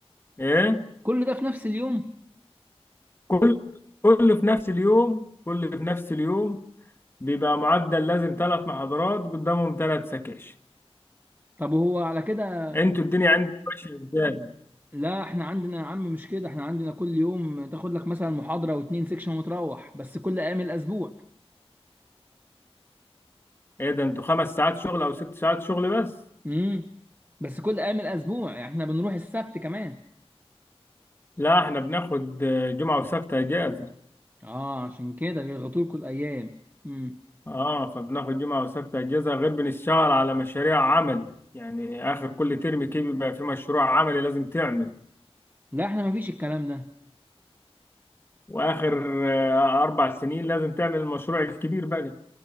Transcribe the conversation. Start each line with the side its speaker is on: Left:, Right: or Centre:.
Left: إيه؟
Right: كل ده في نفس اليوم
Left: كل كله في نفس اليوم كله في نفس اليوم بيبقى معدل لازم ثلاث محاضرات قدامهم ثلاث سكاشن
Right: طب وهو على كده
Left: انتوا الدنيا عندكم ماشية ازاي؟
Right: لا احنا عندنا يا عم مش كده احنا عندنا كل يوم تاخد لك مثلا محاضرة واتنين سيكشن وتروح بس كل ايام الاسبوع
Left: ايه ده انتوا خمس ساعات شغل او ست ساعات شغل بس؟
Right: امم بس كل ايام الاسبوع يعني احنا بنروح السبت كمان
Left: لا احنا بناخد آه، جمعة وسبت اجازة
Right: اه عشان كده بيضغطوا لكم الايام امم
Left: اه فبناخد جمعة وسبت اجازة غير بنشتغل على مشاريع عملي يعني اخر كل ترم كده بيبقى في مشروع عملي لازم تعمل
Right: لا احنا مفيش الكلام ده
Left: واخر آه، اربع سنين لازم تعمل المشروع الكبير بقى